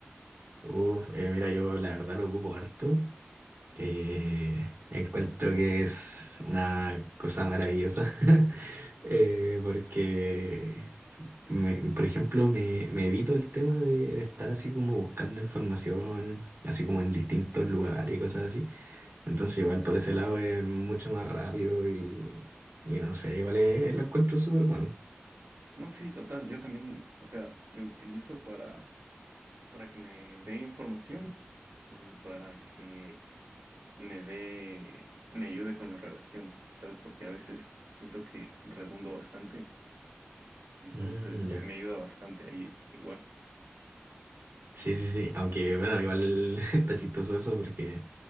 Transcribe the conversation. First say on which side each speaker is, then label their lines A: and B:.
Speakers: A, on the right (about 65°); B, on the right (about 80°).
A: Uf, eh, mira, yo la verdad lo ocupo harto. Eh, encuentro que es una cosa maravillosa. <laughs> Eh, porque, me- por ejemplo, me, me evito el tema de, de estar así como buscando información, así como en distintos lugares y cosas así. Entonces,
B: sí.
A: igual por ese lado es mucho más rápido y, y no sé, igual es- lo encuentro súper bueno.
B: No, sí, total. Yo también, o sea, lo utilizo para, para que me dé información y para que me dé, me ayude con la redacción, ¿sabes? Porque a veces siento que redundo bastante Entonces
A: Mm, ya.
B: me ayuda bastante ahí igual.
A: Sí, sí, sí. Aunque, bueno, igual <laughs> está chistoso eso porque,